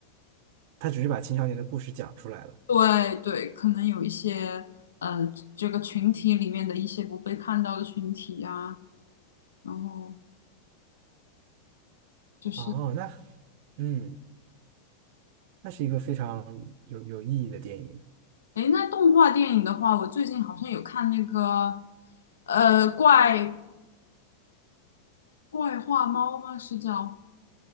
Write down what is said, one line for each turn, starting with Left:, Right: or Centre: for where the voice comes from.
Right: 它只是把青少年的故事讲出来了。
Left: 对对，可能有一些呃这个群体里面的一些不被看到的群体啊，然后就是
Right: 哦，那嗯，那是一个非常有有意义的电影
Left: 诶，那动画电影的话，我最近好像有看那个呃怪怪画猫吗？是叫？